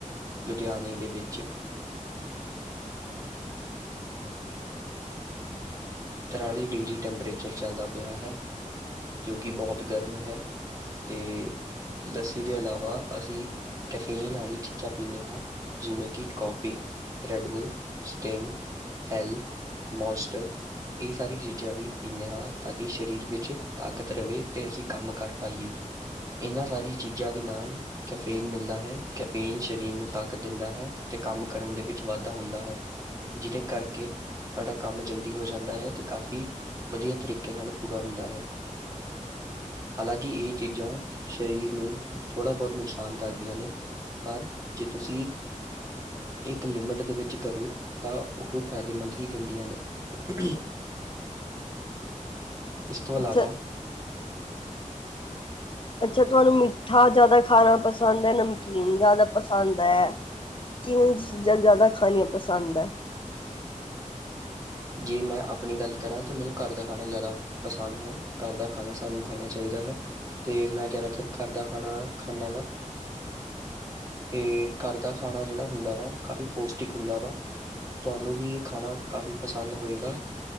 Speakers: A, on the right; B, on the left.
A: ਲੁਧਿਆਣੇ ਦੇ ਵਿੱਚ ਤਰਾਲੀ ਡਿਗਰੀ ਟੈਂਪਰੇਚਰ ਚੱਲਦਾ ਪਿਆ ਹੈ ਜੋ ਕਿ ਬਹੁਤ ਗਰਮ ਹੈ ਅਤੇ ਲੱਸੀ ਦੇ ਇਲਾਵਾ ਅਸੀਂ ਕੈਫੇਨ ਵਾਲੀ ਚੀਜ਼ਾਂ ਪੀਂਦੇ ਹਾਂ ਜਿਵੇਂ ਕਿ coffee Red Bull Sting Hell Monster ਇਹ ਸਾਰੀ ਚੀਜ਼ਾਂ ਵੀ ਪੀਂਦੇ ਹਾਂ ਤਾਂ ਕਿ ਸਰੀਰ ਵਿੱਚ ਤਾਕਤ ਰਹੇ ਤੇ ਅਸੀਂ ਕੰਮ ਕਰ ਪਾਈਏ ਇਹਨਾਂ ਸਾਰੀ ਚੀਜ਼ਾਂ ਦੇ ਨਾਲ ਕੈਫੇਨ ਮਿਲਦਾ ਹੈ ਕੈਫੇਨ ਸਰੀਰ ਨੂੰ ਤਾਕਤ ਦਿੰਦਾ ਹੈ ਤੇ ਕੰਮ ਕਰਨ ਦੇ ਵਿੱਚ ਵਾਧਾ ਹੁੰਦਾ ਹੈ ਜਿਹਦੇ ਕਰਕੇ ਸਾਡਾ ਕੰਮ ਜਲਦੀ ਹੋ ਜਾਂਦਾ ਹੈ ਤੇ ਕਾਫ਼ੀ ਵਧੀਆ ਤਰੀਕੇ ਨਾਲ ਪੂਰਾ ਹੁੰਦਾ ਹੈ ਹਾਲਾਂਕਿ ਇਹ ਚੀਜ਼ਾਂ ਸਰੀਰ ਨੂੰ ਥੋੜ੍ਹਾ ਬਹੁਤ ਨੁਕਸਾਨ ਕਰਦੀਆਂ ਨੇ ਪਰ ਜੇ ਤੁਸੀਂ ਇੱਕ ਲਿਮਿਟ ਦੇ ਵਿੱਚ ਕਰੋ ਤਾਂ ਉਹ ਫਾਇਦੇਮੰਦ ਹੀ ਦਿੰਦੀਆਂ ਨੇ ਅ ਇਸ ਤੋਂ ਇਲਾਵਾ
B: ਅੱਛਾ ਅੱਛਾ ਤੁਹਾਨੂੰ ਮਿੱਠਾ ਜ਼ਿਆਦਾ ਖਾਰਾ ਪਸੰਦ ਹੈ ਪਸੰਦ ਹੈ ਨਮਕੀਨ ਜਿਆਦਾ ਪਸੰਦ ਹੈ ਕਿਵੇਂ ਚੀਜ਼ਾਂ ਜ਼ਿਆਦਾ ਖਾਣੀਆਂ ਪਸੰਦ ਪਸੰਦ ਹੈ
A: ਜੇ ਮੈਂ ਆਪਣੀ ਗੱਲ ਕਰਾਂ ਤਾਂ ਮੈਨੂੰ ਘਰ ਦਾ ਖਾਣਾ ਜ਼ਿਆਦਾ ਪਸੰਦ ਹੈ ਘਰ ਦਾ ਖਾਣਾ ਸਾਨੂੰ ਖਾਣਾ ਚਾਹੀਦਾ ਹੈ ਤੇ ਮੈਂ ਜ਼ਿਆਦਾਤਰ ਘਰ ਦਾ ਖਾਣਾ ਖਾਂਦਾ ਵਾ ਤੇ ਘਰ ਦਾ ਖਾਣਾ ਜਿਹੜਾ ਹੁੰਦਾ ਵਾ ਕਾਫ਼ੀ ਪੌਸ਼ਟਿਕ ਹੁੰਦਾ ਵਾ ਤੁਹਾਨੂੰ ਵੀ ਇਹ ਖਾਣਾ ਕਾਫ਼ੀ ਪਸੰਦ ਹੋਏਗਾ